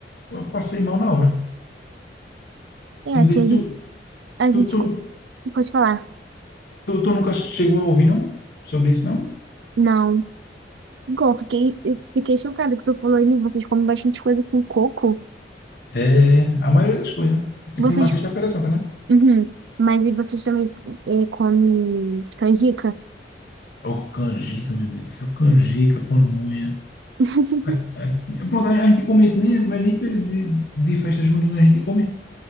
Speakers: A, on the left; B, on the right.
A: eu passei mal na hora.
B: É,
A: Não
B: aqui
A: sei
B: a
A: se
B: gente,
A: tu,
B: a
A: tu,
B: gente
A: tu,
B: co- pode falar.
A: tu, tu nunca chegou a ouvir, não? Sobre isso, não?
B: Não. Igual, eu fiquei, eu fiquei chocada que tu falou aí, né? Vocês comem bastante coisa com coco.
A: É a maioria das coisas. né? Tipo,
B: Vocês.
A: numa Sexta-feira Santa, né?
B: Uhum. Mas e vocês também eh, comem canjica?
A: Oh, canjica, meu Deus do céu. Canjica, pamonha.
B: <laughs>
A: A- a- Pronto, a a gente come isso, nem, não é nem período de, de festa junina, a gente come.